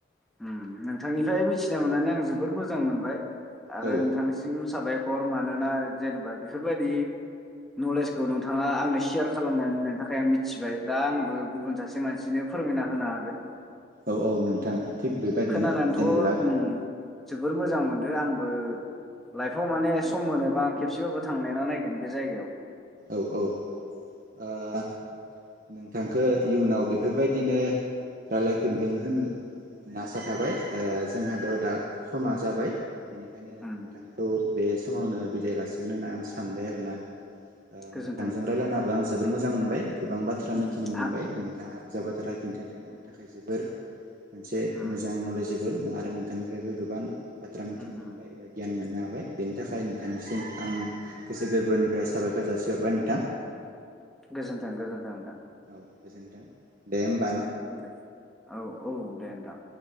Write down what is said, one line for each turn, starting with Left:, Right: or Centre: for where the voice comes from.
Centre: उम नोंथांनिफ्राय मिथिना मोननानै आं जोबोद मोजां मोनबाय। आरो
Right: औ
Centre: नोंथांनिसिम साबायख'र मानोना जेनेबा बेफोरबायदि नलेजखौ नोंथाङा आंनो सेयार खालामना होननायनि थाखाय आं मिथिबाय दा आंबो गुबुन सासे मानसिनो फोरमायना होनो हागोन।
Right: औ औ नोंथां। थिग बेबायदिनो
Centre: खोनानानथ'
Right: जेनेबा
Centre: ओम जोबोर मोजां मोन दो आंबो लाइफआव माने सम मोनोबा आं खेबसेबाबो थांनायना नायगोन बे जायगायाव।
Right: औ औ आ नोंथांखौ इयुनाव बेफोरबायदिनो रायलायफिनगोन होनगो ना आसा थाबाय ओ जोंहाद' दा समा जाबाय बेनि खायनो
Centre: उम
Right: नोंथांखौ बे समावनो बिदाय लासि <unintelligible> आं सानबाय आरो ना। ओ
Centre: गोजोन्थों
Right: नोंथांजों रायलायनाबो
Centre: नोंथां
Right: आं जोबोर मोजां मोनबाय। गोबां बाथ्रा
Centre: उम
Right: मिथिनो मोनबाय
Centre: आं
Right: नोंथाङा जा बाथ्रा खिन्थादों आंनि थाखाय जोबोर मोनसे
Centre: उम
Right: मोजां नलेजेबोल नों आरो नोंथांनिफ्रायबो गोबां बाथ्रा मिथिनो
Centre: उम
Right: मोनबाय
Centre: उम
Right: एबा गियान मोननो हाबाय। बेनि थाखाय नोंथांनिसिम आं गोसो गोरबोनिफ्राय साबायखर जासिहरबाय नोंथां।
Centre: गोजोन्थों गोजोन्थों नोंथां।
Right: गोजोनथों दे होम
Centre: दे औ औ दे नोंथां।